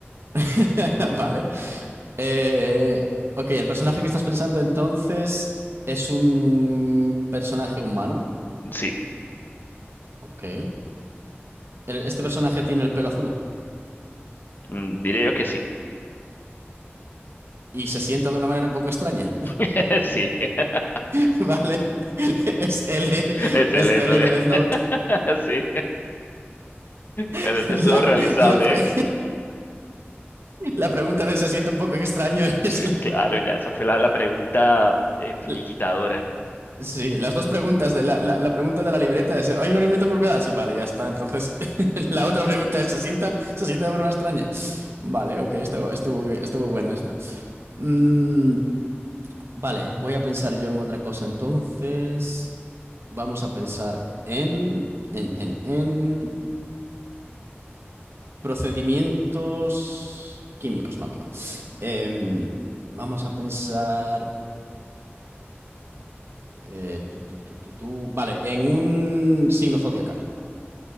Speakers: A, on the right; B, on the left.
A: <laughs> Vale. Eh, ok, el personaje que estás pensando entonces es un personaje humano.
B: <laughs> sí.
A: Ok. El- Este personaje tiene el pelo azul
B: Mm, Diría yo que sí.
A: y se sienta de una manera un poco extraña.
B: <laughs> Sí, <laughs>
A: <laughs> Vale. Es L,
B: excelente,
A: es L de Death Note.
B: excelente. <laughs> Sí. Bueno,
A: <laughs>
B: este
A: La,
B: estuvo realizable,
A: la pre-
B: ¿eh?
A: la pregunta de se sienta un poco extraño
B: <laughs> Sí,
A: es,
B: claro, ya esa fue la, la pregunta eh, finiquitadora.
A: la, Sí, las dos preguntas de la, la, la pregunta de la libreta es, ¿hay una libreta embrujada? Sí, vale, ya está. Entonces, <laughs> la otra pregunta es, ¿se sienta, se sienta de forma extraña? Vale, ok, estuvo, estuvo, bi- estuvo buena esta. Mm, vale, voy a pensar yo en otra cosa. Entonces, vamos a pensar en, en, en, en procedimientos químicos. No, que va. Em, vamos a pensar, eh, tú, tú, tú, tú, tú. Vale, en un signo zodiacal.